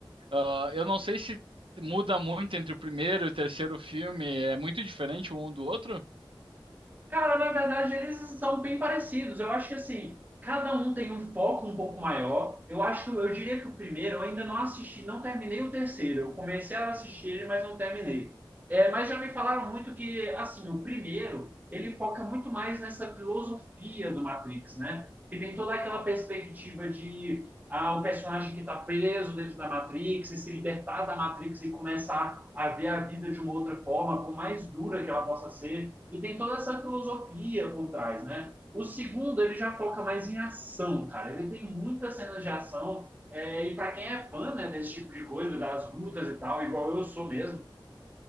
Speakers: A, on the right; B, on the right.
A: Ah, eu não sei se muda muito entre o primeiro e o terceiro filme, é muito diferente um do outro?
B: Cara, na verdade, eles são bem parecidos. Eu acho que assim, cada um tem um foco um pouco maior. Eu acho eu diria que o primeiro eu ainda não assisti, não terminei o terceiro. Eu comecei a assistir ele, mas não terminei. É, mas já me falaram muito que assim, o primeiro, ele foca muito mais nessa filosofia do Matrix, né? Que tem toda aquela perspectiva de ah, o personagem que está preso dentro da Matrix e se libertar da Matrix e começar a ver a vida de uma outra forma, por mais dura que ela possa ser e tem toda essa filosofia por trás, né? O segundo, ele já foca mais em ação, cara. Ele tem muitas cenas de ação. É, e para quem é fã né, desse tipo de coisa, das lutas e tal, igual eu sou mesmo,